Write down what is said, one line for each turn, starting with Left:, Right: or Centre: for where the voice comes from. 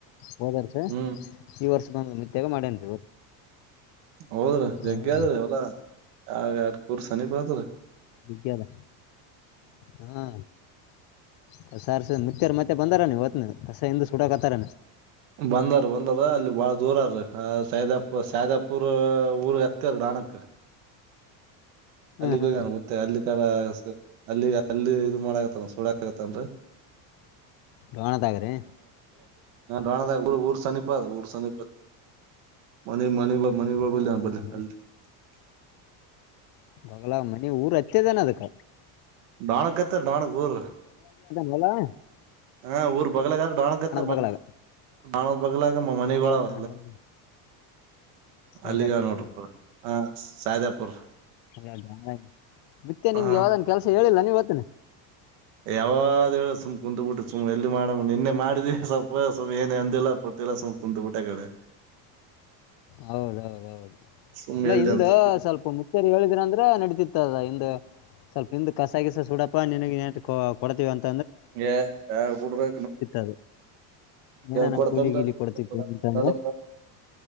Left: ಹೋದ ವರ್ಷ
Right: ಹ್ಮ್
Left: ಈ ವರ್ಷ ಬಂದು ಮತ್ಯಾಗ ಮಾಡೇನ್ ರಿ.
Right: ಹೌದ್ರ ಜಗ್ಗೆ
Left: ಹಾಂ
Right: ಅದ್ರ ಹೊಲ ಯಾರಯಾರ. ಪೂಲ ಸಮೀಪ ಆಗ್ತದ.
Left: ಗಲ್ಲ <unintelligible> ಹಾ. ಕಸ ಆರ್ಸವ್ ಮತ್ಯಾರ ಮತ್ತೆ ಬಂದಾರ ಕಸ ಹಿಂದ ಸುಡಕತಾರ.
Right: ಬಂದಾರ ಬಂದಾರ ಅಲ್ಲಿ ಬಾಳ ದೂರರ ಸೈದಾಪುರ್ ಸೈದಾಪುರ್ ಊರ್ಗ್ ಹತ್ತಾದ ರಣಕ ಅಲ್ಲಿಗೆ
Left: ಹ್ಞೂ ಹ್ಞೂ
Right: ಹೋಗಿನ ಮುತ್ಯಾ ಅಲ್ಲಿ ಕರ. ಅಲ್ಲಿ ಅಲ್ಲಿ ಇದು ಮಾಡಕತ್ತಲ್ಲ ಸುಳಗತ್ತನ್ರಿ.
Left: ರೋಣದಾಗ್ರಿ.
Right: ಹಾ. ರೋಣದಾಗ ಊರು ಸನೀಪ ಊರ್ ಸನಿಪ. ಮದ್ವಿ ಮನೆ ಮನ ಮನೆ
Left: ಹ್ಞೂ
Right: ಅ
Left: ಹ್ಞೂ ಹ್ಞೂ
Right: ಅ <unintelligible>
Left: ಬಗ್ಲಾಗ ಮನಿ ಊರ್ ಹತ್ತೇದನ ಅದಕ.
Right: ಬಾಳ ಅಕ್ಕೆತಿ <inaudible> ನಾಲ್ಕು ಊರು
Left: ವಲಾ <inaudible>
Right: ಹಾ ಊರ್ ಬಗ್ಲಗಾದ ಡಾಣಕತ್ತ ಮತ.
Left: ಬಗಲಾಗ
Right: ನಾ ಬಗ್ಲ. ನಮ್ಮ ಮನೆಗಳವ
Left: ಹಾಂ ಹಾಂ ಸೈದಾಪುರ
Right: ಅಲ್ಲಿಗೆ ನೋಡ್ರ <inaudible> ಸೈದಾಪುರ. ಬರ್
Left: ಸರಿ ಮತ್ಯೆ
Right: ಹಾ
Left: ನಿಮ್ಗೆ ಯಾವ್ದನ್ ಕೆಲಸ ಹೇಳಿಲ್ಲ ನೀವ್ ಚ
Right: ಯಾವ್ದ್ ಹೇಳ ಸುಮ್ಮ ಕುತ್ಬಿಟ್ಟು ಸುಮ್ಮ್ ಎಲ್ಲಿ ಮಾಡ ನಿನ್ನೆ ಮಾಡಿದ ಸ್ವಲ್ಪ ಸ್ವಲ್ಪ ಏನೇ ಅಂದಿಲ್ಲ ಪತಿಲ್ಲ ಸುಮ್ ಕುತ್ಬಿಟ್ಟ ಆ ಕಡೆ
Left: ಹೌದೌದ ಹೌದು
Right: ಸುಮ್
Left: ಇಲ್ಲ
Right: ಎಲ್ಲಿ
Left: ಹಿಂದ
Right: ಅಂತ
Left: ಸ್ವಲ್ಪ ಮುಚ್ಚರಿ ಹೇಳಿದ್ರ ಅಂದ್ರೆ ನಡತಿತ್ತದ ಹಿಂದ ಸ್ವಲ್ಪ ನಿಮ್ ಕಸಗಸ ಸುಡಪ್ಪಾ ನಿನಗ್ ಕೊಡ್ತೀವ ಅಂತ
Right: ಯ ಬಿಡ್ರಾ
Left: ಅದು ಏನಾನ
Right: ಕೊಡತಂತ
Left: ಕೂಲಿ ಗೀಲಿ
Right: ಮತ್ತ
Left: ಕೊಡ್ತಿತ್ತು
Right: ಕೊಡ
Left: ಅಂತಂದ್ರ
Right: ಕೊಡಾಲಡ